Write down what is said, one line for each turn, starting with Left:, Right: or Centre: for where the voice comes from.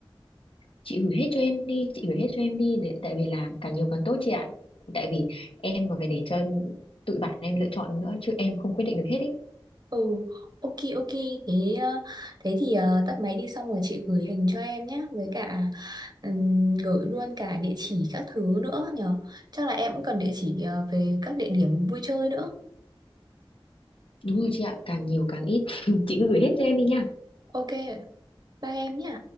Left: chị gửi hết cho em đi chị gửi hết cho em đi để, tại vì là càng nhiều càng tốt chị ạ tại vì em còn phải để cho tụi bạn em lựa chọn nữa chứ em không quyết định được hết ý
Right: Ừ, ok ok thế ờ, thế thì ờ, tắt máy đi xong rồi chị gửi hình cho em nhé với cả ừm, gửi luôn cả địa chỉ các thứ nữa nhở chắc là em cũng cần địa chỉ ờ, về các địa điểm vui chơi nữa
Left: đúng rồi chị ạ càng nhiều càng ít <laughs> chị cứ gửi hết cho em đi nha
Right: ok bye em nhé